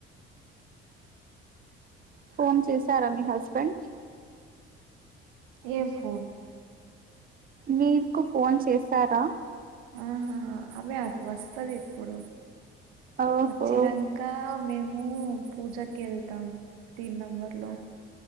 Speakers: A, on the right; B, on the right.
A: ఫోన్ చేశారా మీ హస్బెండ్
B: ఏ ఫోన్
A: మీకు ఫోన్ చేసారా
B: ఆహా అవి వస్తది ఇప్పుడు
A: ఓహో
B: వచ్చినాక మేము పూజకి వెళ్తా తన్ నంబర్ లో